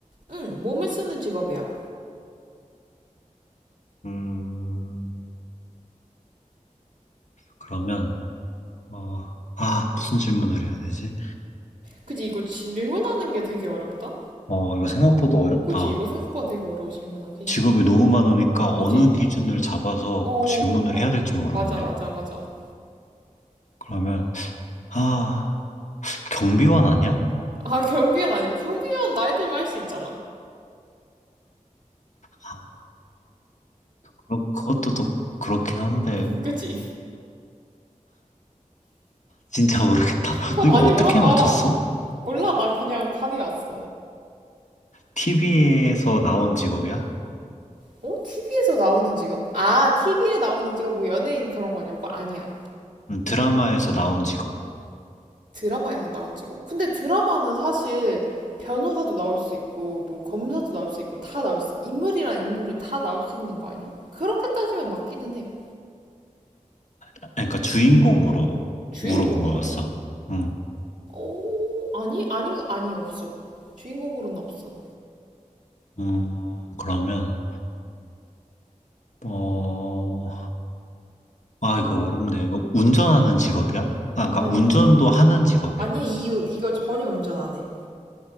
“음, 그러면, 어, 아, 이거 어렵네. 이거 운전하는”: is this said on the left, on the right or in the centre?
Left